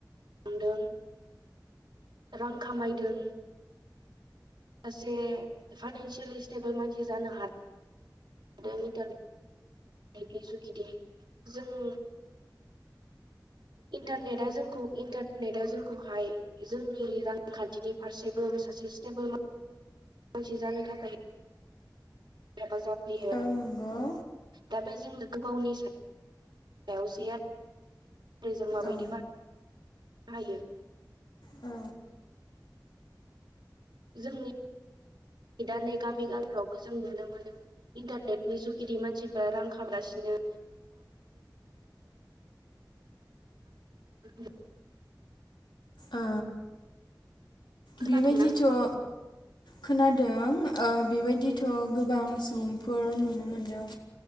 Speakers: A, on the right; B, on the left.
A: दों रां खामायदों सासे फाइनान्सियेलि स्टेबोल मानसि जानो हा <unintelligible> जुगिदि जों इन्टारनेटआ जोंखौ इन्टारनेटआ जोंखौहाय जोंनि रांखानथिनि फारसेबो सासे स्टेबोल मानसि जानो थाखाय। हेफाजाब होयो
B: औ नंगौ
A: दा बे जोंनो गोबावनि <unintelligible> जों माबायदि
B: औ
A: बा नायो।
B: औ।
A: जोंनि दा नै गामि गामिफ्रावबो जों नुनो मोनो इन्टारनेटनि जुगिदि मानसिफ्रा रां खामायगासिनो <unintelligible>
B: ओ
A: खोनादोंना
B: बेबायदिथ' ओ खोनादों ओ बेबायदिथ' गोबां सुबुंफोर नुनो मोनदों